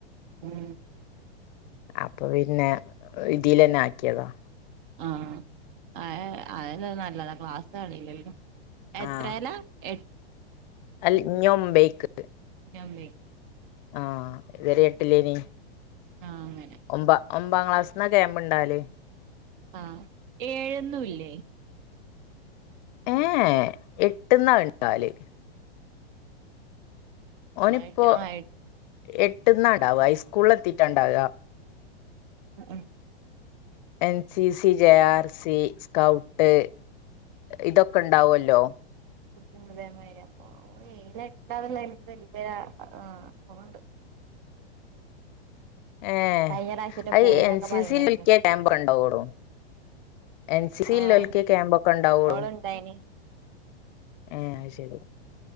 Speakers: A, on the right; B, on the left.
A: ഉം
B: അപ്പൊ പിന്നെ ഇതീലെന്നെ ആക്കിയതാ
A: ആ <unintelligible> <unintelligible> ക്ലാസ്സ്‌ അറീലല്ലോ എത്രേലാ
B: ആഹ്
A: എ
B: അല്ല ഇഞ്ഞ് ഒമ്പേക്ക്
A: <unintelligible>
B: ആ ഇത് വരെ എട്ട്ലെനി
A: ആഹ് അങ്ങനെ
B: ഒമ്പ ഒമ്പാ ക്ലാസ്സ്‌ന്ന ക്യാമ്പ്ണ്ടാവല്
A: ആ ഏഴൊന്നുല്ലേ
B: എ ഏ എട്ട്ന്ന ണ്ടവല് ഓനിപ്പോ
A: ആയിട്ട് ആയി
B: എട്ട്ന്നാ ഇണ്ടാവ് അയ്സ്കൂളെത്തിട്ട ണ്ടാവ
A: <unintelligible>
B: N C C J R C scout ഇതൊക്കെ ഇണ്ടാവല്ലോ
A: ഉം അതേമാരി അപ്പ ഓലെ <unintelligible> എനിക്ക് <unintelligible> ആ പോവാണ്ട്
B: ഏ
A: കഴിഞ്ഞ പ്രാവശ്യറ്റെ
B: അയ്
A: പോയിന്നൊക്കെ
B: എൻ സി
A: പറയണേക്ക
B: സി പിറ്റെ ക്യാമ്പ് ണ്ടാവൊള്ളൂ എൻ സി സി
A: ആഹ്
B: ല് ല്ലോൽക്കെ ക്യാമ്പ് ഒക്കെ ണ്ടാവൊള്ളൂ
A: ഓള്ണ്ടായിനി
B: ഏ അയ്ശരി